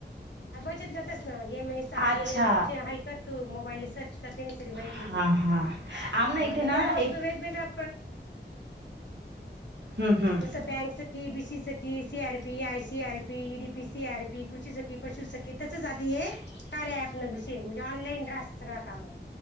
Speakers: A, on the left (about 75°); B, on the right (about 75°).
A: हा बचत गटच ना एम एस आर
B: अच्छा
A: एल एम हय करतो मोबाईलले सर्च करते माहिती
B: हा
A: आहे ना
B: हा आमना इथे ना
A: मग
B: एक
A: वेगवेगळा
B: हम्म हम्म
A: जस बँक. की C R P I CR P D P CR P कृषी. पशुसकी तसच आधी हे कार्या ऍप न म्हणजे ऑनलाईन राहत सगळं काम.